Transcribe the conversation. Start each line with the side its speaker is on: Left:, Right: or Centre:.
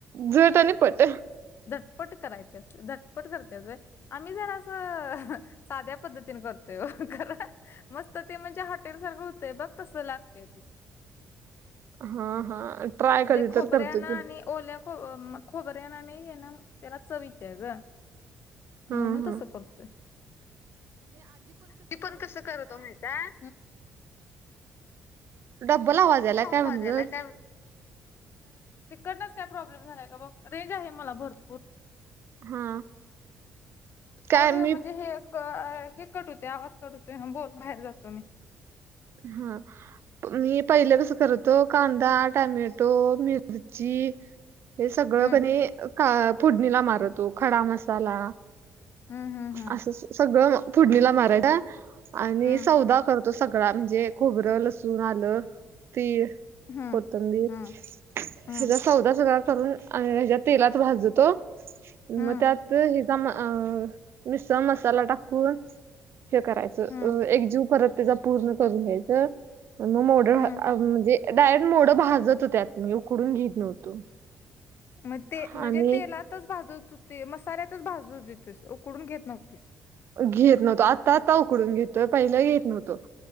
Right: जट आणि पट.
Left: झटपट करायची असते झटपट करते गं आम्ही जर असं साद्या पद्धतीने करतोय खरं मस्त ते म्हणजे हॉटेल सारखं होतय बघ. तसं लागतये ती.
Right: हा हा ट्राय कधी
Left: खोबऱ्यानं
Right: तर करतो की.
Left: आणि ओल्या खो म खोबऱ्यानी हे ना त्याला चवीत येते गं.
Right: हा
Left: म्हणू
Right: हा
Left: तसं करतोय. ती पण कसं करतो माहित आहे.
Right: डब्बल आवाज
Left: <unintelligible>
Right: यायलाय
Left: काय
Right: भानगड
Left: तिकडनच काय प्रॉब्लेम झालाय का बघ रेंज आहे मला भरपूर.
Right: हा. काय
Left: ओडिओ
Right: मी
Left: म्हणजे हे क कट होते आवाज कट होतोय बोल बाहेर जातो मी.
Right: हा मी पहिलं कसं करतो कांदा, टमॅटो, मिरची हे सगळं
Left: हम्म
Right: क नी का फुडणीला मारतो खडा मसाला?
Left: हम्म हम्म हम्म.
Right: असं सगळं फुडणीला मारायचं आणि
Left: हम्म
Right: सौदा करत तो सगळा म्हणजे खोबरं लसून, आलं, तीळ
Left: हम्म
Right: कोतंबीर
Left: हम्म हम्म
Right: सौदा सगळा करून अ हेच्या तेलात भाजतो
Left: हम्म
Right: मग त्यात तमं अ मिसळ मसाला टाकून हे करायचं
Left: हम्म
Right: अ एकजीव परत त्याज्या पूर्ण करून घ्यायचं म मोडं
Left: हम्म
Right: घा आ म्हणजे डायरेक्ट मोडं भाजत होत्यात मी उकडून घेत नव्हतो.
Left: म ते म्हणजे
Right: आणि
Left: तेलातच भाजवत होते मसाल्यातच भाजू देतोस उकडून घेत नव्हतीस.
Right: घेत नव्हतो आत्ता आता उकडून घेतोय पहिलं घेत नव्हतो.